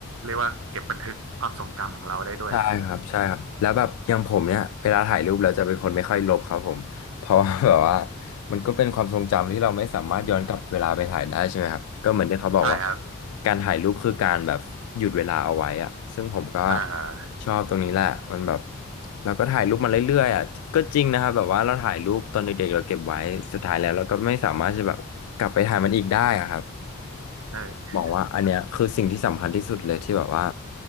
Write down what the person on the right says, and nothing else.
เรียกว่าเก็บบันทึกความทรงจำของเราได้ด้วยฮะอืม
ใช่ครับ
อ่า
เออ